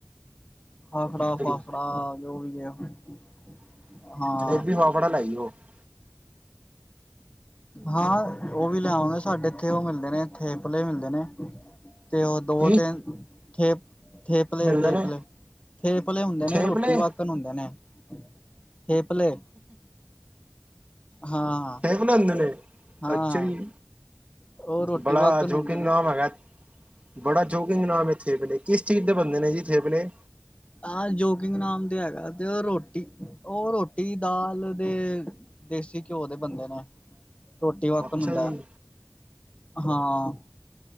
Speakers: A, on the left (about 30°); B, on the right (about 30°).
A: ਖਾਖੜਾ-ਫਾਫੜਾ
B: ਠੀਕ ਹੈ ਜੀ
A: ਜੋ ਵੀ <unintelligible>
B: <unintelligible>
A: ਹਾਂ ਹਾਂ, ਓ ਵੀ ਲਿਆਵਾਗੇਂ। ਸਾਡੇ ਇੱਥੇ ਓ ਮਿਲਦੇ ਨੇ, ਥੇਪਲੇ ਮਿਲਦੇ ਨੇ। ਤੇ ਓ ਦੋ
B: ਜੀ
A: ਤਿਨ ਥੇਪ ਥੇਪਲੇ,
B: ਮਿਲਦੇ
A: ਥੇਪਲੇ,
B: ਨੇ
A: ਥੇਪਲੇ ਹੁੰਦੇ
B: ਥੇਪਲੇ
A: ਨੇ। ਰੋਟੀ ਵਾਕਣ ਹੁੰਦੇ ਨੇ। <unintelligible> ਥੇਪਲੇ। ਹਾਂ
B: ਥੇਪਲੇ ਹੁੰਦੇ ਨੇ
A: ਹਾਂ
B: ਅੱਛਾ ਹੀ
A: ਉਹ ਰੋਟੀ
B: ਬੜਾ
A: ਵਾਕਣ
B: ਜੋਕਿੰਗ
A: ਹੁੰਦੇ ਨੇ
B: ਨਾਮ ਏਗਾ--ਬੜਾ ਜੋਕਿੰਗ ਨਾਮ ਏ, ਥੇਪਲੇ। ਕਿਸ ਚੀਜ਼ ਦੇ ਬੰਦੇ ਨੇ ਜੀ? ਥੇਪਲੇ
A: ਆ ਜੋਕਿੰਗ ਨਾਮ ਤੇ ਐ <inaudible> ਓ ਰੋਟੀ, ਓ ਰੋਟੀ, ਦਾਲ ਦੇ ਦੇਸੀ ਕਿਓ, ਦੇ ਬੰਦੇ ਨੇ ਰੋਟੀ ਵਾਕਨ,
B: ਅੱਛਾ
A: ਉਦੈਂ।
B: ਜੀ
A: ਹਾਂ।